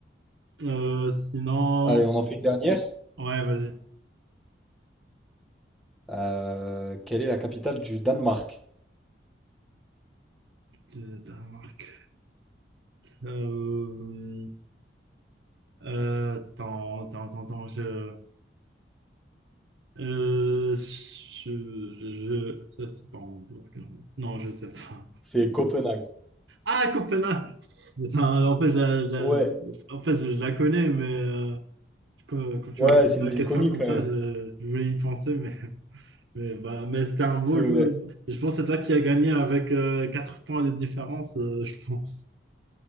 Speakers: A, on the right; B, in the centre.
A: Euh, sinon,
B: Allez, on en fait une dernière.
A: ouais, vas-y.
B: Euh, quelle est la capitale du Danemark?
A: De ta marque. Euh, euh, attends, attends, attends, attends, je, euh, je, je, je- ça, c'est pas en bloc, non, non, je sais pas.
B: C'est Copenhague.
A: Ah, Copenhague! Putain, En fait, je la, je la-
B: Ouais,
A: en fait, je la connais, mais euh, quand, quand tu
B: ouais,
A: m'as posé
B: c'est
A: la
B: une ville
A: question
B: connue
A: comme
B: quand
A: ça,
B: même.
A: je, je voulais y penser, mais Mais, bah, mais c'était un beau
B: C'est vrai.
A: jeu. Je pense que c'est toi qui as gagné avec euh, 4 points de différence, euh, je pense. <laughs>